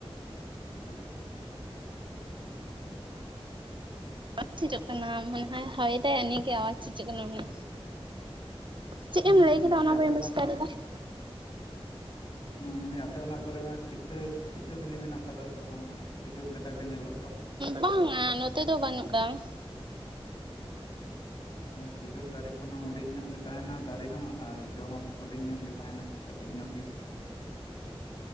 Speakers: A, on the left; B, on the right.
A: ᱫᱚ?
B: ᱪᱮᱡᱚᱜ ᱠᱟᱱᱟ ᱢᱟᱱᱮ ᱦᱚᱭ ᱦᱟᱭᱮᱫᱟᱭ ᱤᱱᱟᱹᱜᱮ ᱟᱣᱟᱡᱽ ᱪᱤᱡᱩᱜ ᱠᱟᱱᱟ, ᱢᱟᱱᱮᱼᱼ ᱪᱮᱫ
A: ᱦᱩᱸ
B: ᱮᱢ ᱞᱟᱹᱭ
A: ᱦᱩᱸ
B: ᱠᱮᱫᱟ
A: ᱢᱮᱱᱫᱟᱹᱧ
B: ᱚᱱᱟ
A: ᱟᱯᱮ
B: ᱵᱟᱹᱧ ᱵᱩᱡᱽ ᱫᱟᱲᱮᱭᱟᱫᱟ ᱾
A: ᱦᱩᱸ ᱟᱯᱮ ᱚᱱᱟᱯᱼᱼ ᱠᱚᱨᱮ ᱢᱟ ᱠᱤᱛᱟᱹ ᱠᱤᱛᱟᱹᱵᱤᱞᱤ ᱢᱮᱱᱟᱜ ᱠᱟᱫᱟ ᱥᱮ ᱵᱟᱝᱟ, ᱠᱷᱤᱡᱩᱨ ᱞᱮᱠᱟᱜ ᱜᱮ ᱧᱮᱞᱚᱜ ᱫᱚ ᱾
B: ᱵᱟᱝᱼᱟ ᱱᱚᱛᱮ ᱫᱚ ᱵᱟᱹᱱᱩᱜ ᱠᱟᱫᱟ ᱾
A: ᱠᱷᱤᱡᱩᱨ ᱫᱟᱨᱮ ᱠᱷᱚᱱ ᱦᱚᱸ ᱦᱩᱰᱤᱧ ᱧᱚᱜ ᱜᱮ ᱛᱟᱦᱮᱱᱟ ᱫᱟᱨᱮ ᱦᱚᱸ ᱟᱨ ᱡᱚ ᱦᱚᱸ ᱾ ᱦᱩᱰᱤᱧ ᱧᱚᱜ ᱜᱮ ᱛᱟᱦᱮᱱᱟ ᱠᱟᱹᱴᱤᱡ ᱧᱚᱜ ᱜᱮ ᱾